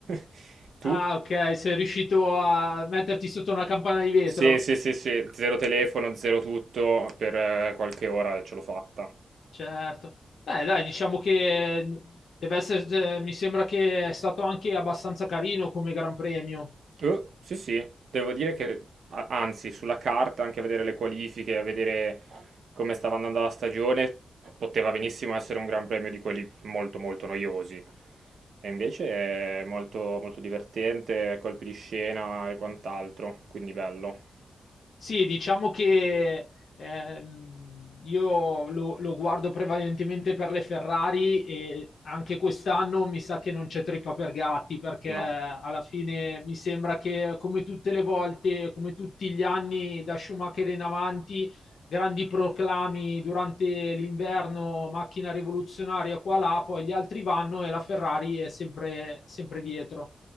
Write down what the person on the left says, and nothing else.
Ah, ok, sei riuscito a metterti sotto una campana di vetro.
Certo. Beh, dai, diciamo che mm, deve essere, eh, mi sembra che è stato anche abbastanza carino come Gran Premio.
Sì, diciamo che ehm, io lo, lo guardo prevalentemente per le Ferrari e anche quest'anno mi sa che non c'è trippa per gatti perché
alla fine mi sembra che come tutte le volte, come tutti gli anni da Schumacher in avanti, grandi proclami durante l'inverno, macchina rivoluzionaria qua là, poi gli altri vanno e la Ferrari è sempre, sempre dietro.